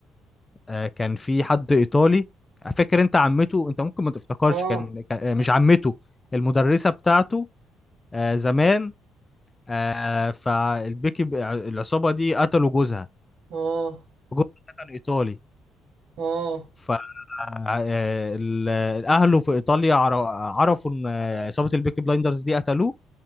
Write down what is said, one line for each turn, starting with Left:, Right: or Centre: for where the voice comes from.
Left: آه، كان في حد ايطالي فاكر انت عمته انت ممكن ما تفتكرش
Right: اه
Left: كان كان- آه، مش عمته المدرسه بتاعته آه، زمان آه، فالبيكي العصابه دي قتلوا جوزها
Right: اه
Left: جوزها ده كان ايطالي
Right: اه
Left: ف آه، ال- اهله في ايطاليا عر- عرفوا ان آه، عصابه البيكي بلايندرز دي قتلوه